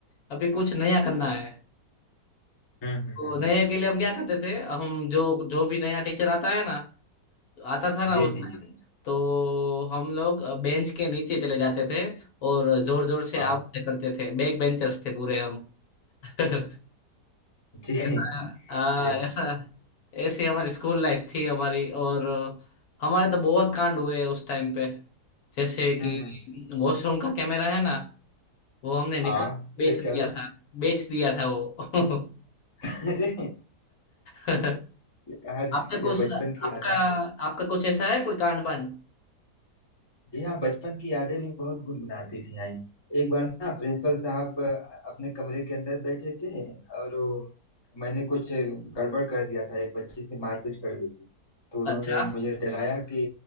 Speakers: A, on the left; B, on the left.
A: अभी कुछ नया करना है
B: हम्म हम्म
A: तो
B: हम्म
A: नए के लिए हम क्या करते थे हम जो जो भी नया टीचर आता है ना आता था ना
B: जी
A: उस time,
B: जी जी
A: तो हम लोग बेंच के नीचे चले जाते थे और जोर जोर से
B: हाँ
A: आवाजें करते थे बैक बेंचर्स थे पूरे हम <laughs>
B: जी <laughs>
A: ऐसा हाँ,
B: ये
A: ऐसा ऐसी हमारी स्कूल लाइफ थी हमारी और हमारे तो बहुत कांड हुए हैं उस टाइम पे जैसे
B: हम्म,
A: कि
B: हम्म।
A: वॉशरूम का कैमरा है ना वो हमने निकाल
B: हाँ
A: बेच
B: फिर
A: दिया
B: क्या हुआ
A: था बेच दिया था वो
B: <laughs> अरे
A: <laughs>
B: यार
A: आपका कुछ
B: ये बचपन की
A: आपका
B: यादें हैं
A: आपका कुछ ऐसा है कोई कांड बन
B: जी हाँ बचपन की यादें भी बहुत गुनगुनाती थी हैं एक बार ना प्रिंसिपल साहब अ, अपने कमरे के अंदर बैठे थे और वो, मैंने कुछ गड़बड़ कर दिया था एक बच्चे से मारपीट कर ली थी तो उन्होंने
A: अच्छा
B: मुझे डराया कि